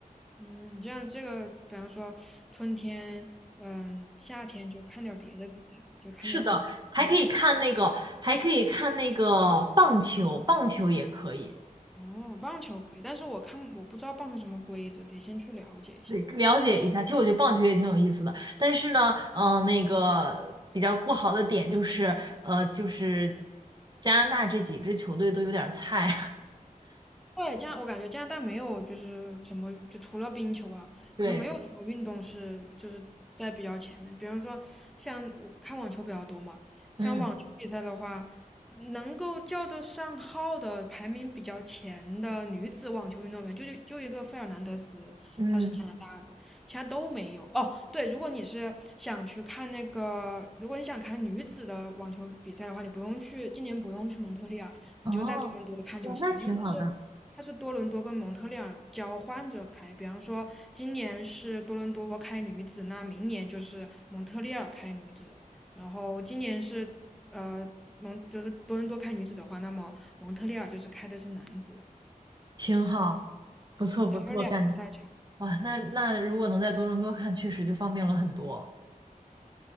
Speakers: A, in the centre; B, on the right.
A: 嗯，这样这个，比方说春天，嗯，夏天就看点儿别的比赛了，就看点儿网网球。
B: 是的，还可以看那个，还可以看那个棒球，棒球也可以，
A: 哦，棒球可以，但是我看我不知道棒球什么规则，得先去了解一下。
B: 对，了解一下。其实我觉得棒球也挺有意思的，但是呢，嗯、那个比较不好的点就是，呃，就是加拿大这几支球队都有点儿菜，
A: 对，加我感觉加拿大没有就是什么，就除了冰球啊，
B: <laughs> 对。
A: 可能没有什么运动是就是在比较前面。比方说像我看网球比较多嘛，像网球比赛的话，
B: 嗯
A: 能够叫得上号的排名比较前的女子网球运动员，就就就一个费尔南德斯，
B: 嗯，
A: 她是加拿大的，其他都没有。哦，对，如果你是想去看那个，如果你想看女子的网球比赛的话，你不用去，今年不用去蒙特利尔。你就在多伦多看就行了，
B: 哦，哇，那挺好的，
A: 因为它是它是多伦多跟蒙特利尔交换着开，比方说今年是多伦多开女子，那明年就是蒙特利尔开女子，然后今年是呃蒙就是多伦多开女子的话，那么蒙特利尔就是开的是男子，
B: 挺好，不错不错，
A: 嗯，它有两个赛场，
B: 感，哇，那那如果能在多伦多看，确实就方便了很多